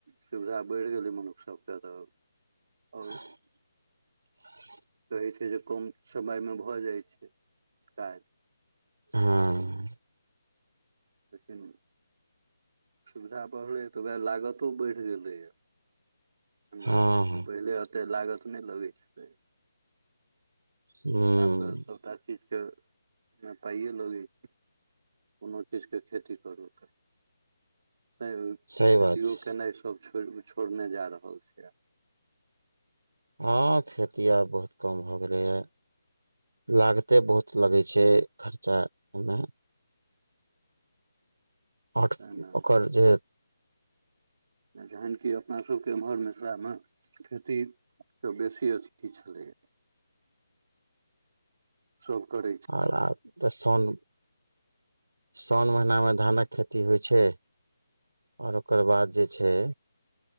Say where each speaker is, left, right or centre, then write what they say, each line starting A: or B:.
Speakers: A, on the right (about 35°); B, on the right (about 80°).
A: सुविधा बढ़ि गेलै मनुष्य सबके तऽ
B: <inaudible>
A: आओर कहै छैय जे कम समयमे भऽ जाइ छैय काज।
B: हँ
A: लेकिन सुविधा बढ़लै तऽ वैह लागतो बढ़ि गेलैया। एहन
B: हँ
A: बात नहि छैय
B: हँ
A: पहिले ओतेक लागत नहि लगै छलै।
B: हुँ
A: आब त सबटा चीजके पाइयै लगै छैय कोनो चीजके खेती करू तऽ नहि
B: सही बात
A: खेतियो
B: छै
A: केनाइ सब छो छोड़ने जा रहल छैय।
B: हँ खेती आब बहुत कम भऽ गेलैए। लागते बहुत लगै छैय खर्चा एहिमे। आओर
A: तै न।
B: ओकर जे ह
A: जखहन कि अपनासभके एम्हर मिथिलामे खेतीके बेसी अथी छलैया। सब करै छै
B: आओर आब त सन साओन महिनामे धानक खेती होइ छैय। आओर ओकर बाद जे छैय